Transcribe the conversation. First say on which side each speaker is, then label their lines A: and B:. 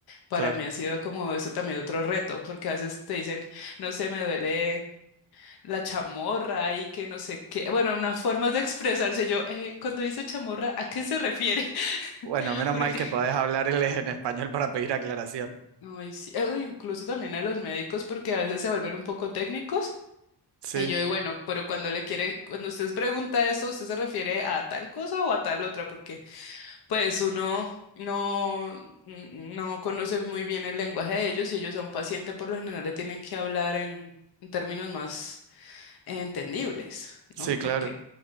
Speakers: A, on the left (about 60°); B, on the right (about 75°).
A: Para
B: claro.
A: mí ha sido como eso también otro reto, porque a veces te dicen, no sé, me duele la chamorra y que no sé qué. Bueno, unas formas de expresarse. Yo, eh, cuando dice chamorra, ¿a qué se refiere? <laughs>
B: Bueno, menos
A: Porque,
B: mal que podés hablarles en español para pedir aclaración.
A: ay, sí, eh, incluso también a los médicos, porque a veces se vuelven un poco técnicos.
B: Sí,
A: Y yo, y bueno, pero cuando le quiere, cuando usted pregunta eso, ¿usted se refiere a tal cosa o a tal otra? Porque, pues, uno no, n- no conoce muy bien el lenguaje de ellos y ellos a un paciente por lo general le tienen que hablar en en términos más entendibles,
B: sí,
A: ¿no? Porque
B: claro.